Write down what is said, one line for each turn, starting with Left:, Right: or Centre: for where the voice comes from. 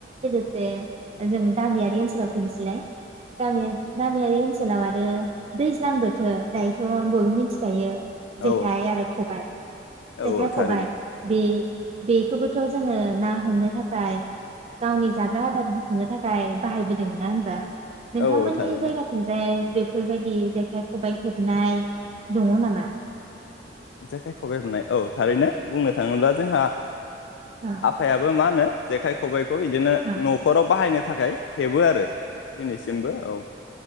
Right: ाखसे जों गामियारि ओनसोलाव फैनोसैलाय गामियारि ओनसोलाव आरो दैज्लां बोथोर दायोथ' बयबो मिथिखायो
Left: औ
Right: जेखाय आरो खबायाइ
Left: औ
Right: जेखाय
Left: औ थारैनो
Right: खबाय बे बेखौबोथ' जोङो ना हमनो थाखाय गावनि जाग्रा आदार बुथुमनो थाखाय बाहायबोदों नङा होनबा नोंथांमोननि
Left: औ औ थारैनो
Right: जायगाथिंज बे बेफोरबायदि जेखाइ खबाइ हेबनाय दङ नामा
Left: जेखाय खबाइ होननाय औ थारैनो बुंनो थाङोब्ला जोंहा
Right: औ
Left: आफायाबो मा होनो जेखाय खबबाय बेखौ बिदिनो
Right: औ
Left: न'खराव बाहायनो थाखाय हेबो आरो दिनैसिमबो औ